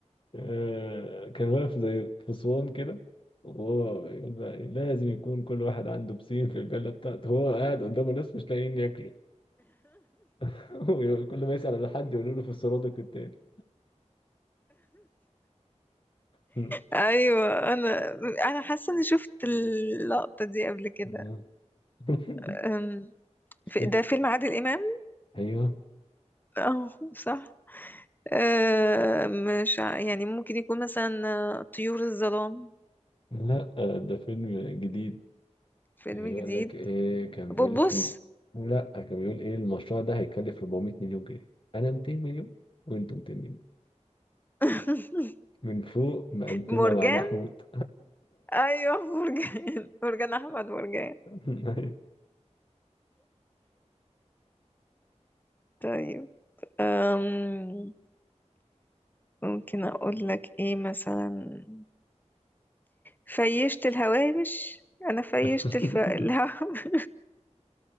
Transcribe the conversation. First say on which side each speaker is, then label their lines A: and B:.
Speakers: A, on the left (about 45°); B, on the left (about 15°).
A: آه، كان واقف زي فصوان كده وهو يقول بقى إيه، لازم يكون كل واحد عنده بسين في الفيلا بتاعته هو قاعد قدامه ناس مش لاقيين ياكلوا <laughs> ويقول- كل ما يسأل على حد يقولوا له في السرادق التاني <laughs>
B: ايوه انا انا حاسه اني شفت اللقطه دي قبل كده
A: آه. <laughs>
B: أم،
A: افتكر
B: في- ده فيلم عادل امام
A: ايوه
B: اه صح أه، مش ع- يعني ممكن يكون مثلا آه، طيور الظلام
A: لا آه، ده فيلم جديد
B: فيلم
A: كان بيقول
B: جديد
A: لك ايه كان
B: بوبوس
A: بيقول لك إن- لا كان بيقول ايه المشروع ده هيكلف 400 مليون جنيه انا 200 مليون وانتوا 200 مليون
B: <laughs>
A: من فوق مقدمة
B: مرجان
A: مع محمود
B: ايوه مرجان <laughs> مرجان احمد مرجان
A: <laughs>
B: طيب أم... ممكن اقول لك ايه مثلا فيشت الهوامش انا فيشت
A: <laughs>
B: الف... الهوامش